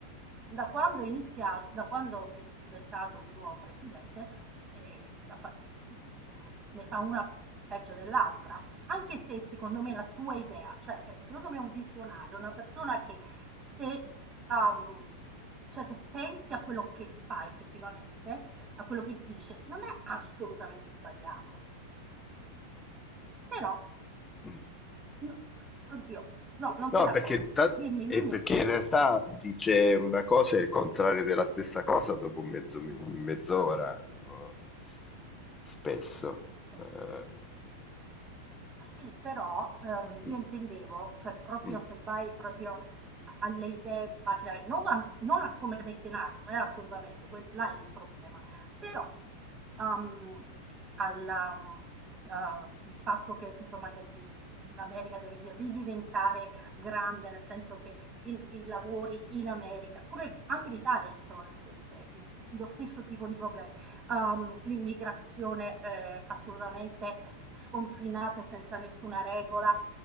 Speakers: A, on the right (about 25°); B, on the left (about 15°).
A: da quando è iniziato, da quando è diventato di nuovo presidente, eh, sa fa- mm, ne fa una peggio dell'altra. Anche se secondo me la sua idea, cioè eh, secondo me è un visionario, una persona che se, um, cioè, se pensi a quello che fa effettivamente, a quello che dice, non è assolutamente sbagliato. Però,
B: Mm.
A: no, oddio, no, non
B: No,
A: sei d'accordo.
B: perché, ta-
A: Dimmi,
B: e
A: dimmi.
B: perché in realtà dice una cosa e il contrario della stessa cosa dopo mezzo- mezz'ora, tipo, spesso.
A: Sì.
B: Eh,
A: Sì, però, ehm, io
B: mm,
A: intendevo, cioè proprio
B: mm.
A: se vai proprio a alle idee basilari, non a non a come le mette in atto, eh, assolutamente, quel là è il problema. Però, uhm, alla mhmm, uhm, il fatto che insomma che l l l'America deve di ridiventare grande, nel senso che in i lavori in America come anche in Italia ci sono le stesse i s lo stesso tipo di problemi. Uhm, l'immigrazione, ehm, assolutamente sconfinate senza nessuna regola.